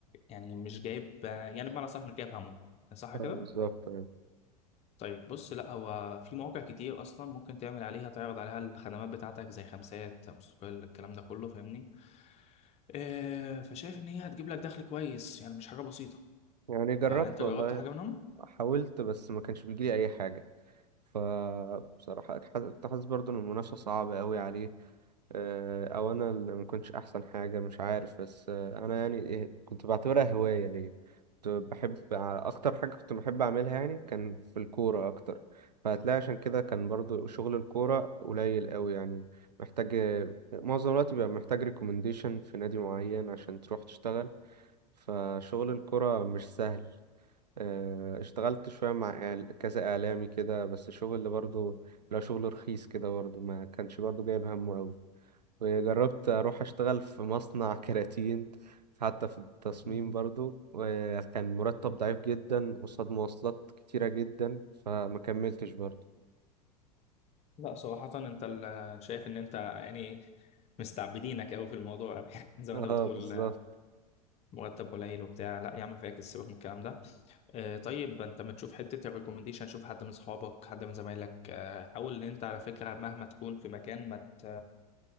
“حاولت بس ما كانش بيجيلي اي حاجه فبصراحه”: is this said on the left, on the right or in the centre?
Right